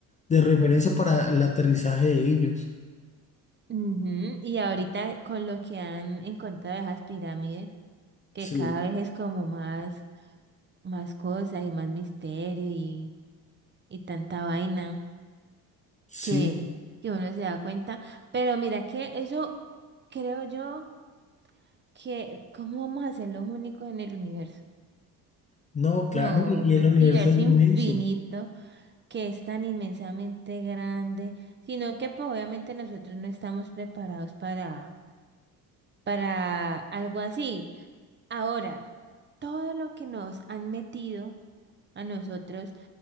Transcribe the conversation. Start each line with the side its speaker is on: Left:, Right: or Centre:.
Left: de referencia para el aterrizaje de ellos.
Right: Ujú, Y ahorita con lo que han encontrado de esas pirámides, que
Left: Sí,
Right: cada vez es como más, más cosas y más misterio y, y tanta vaina.
Left: sí.
Right: que, que uno se da cuenta. Pero mira que eso creo yo que, ¿cómo vamos a ser los únicos en el universo?
Left: No, claro,
Right: No,
Left: y y
Right: un
Left: el universo
Right: universo
Left: es inmenso.
Right: infinito que es tan inmensamente grande, sino que pues obviamente nosotros no estamos preparados para, para algo así. Ahora, todo lo que nos han metido a nosotros